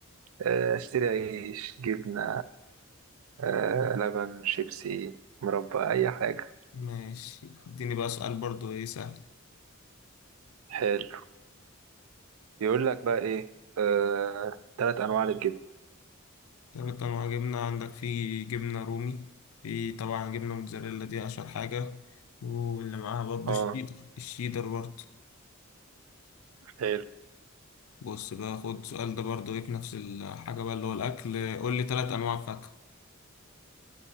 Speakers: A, on the right; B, on the left.
A: آه، أشتري عيش جبنة آه لبن شيبسي مربى أي حاجة
B: ماشي اديني بقى سؤال برضه ايه سهل
A: حلو يقول لك بقى إيه آه تلات أنواع للجبن
B: تلات انواع جبنة عندك في جبنة رومي في طبعا جبنة موتزاريلا دي اشهر حاجة واللي معاها برضه
A: اه
B: الشيدر الشيدر برضه
A: حلو
B: بص بقى خد السؤال ده برضه ايه في نفس الحاجة بقى اللي هو الأكل قول لي تلات أنواع فاكهة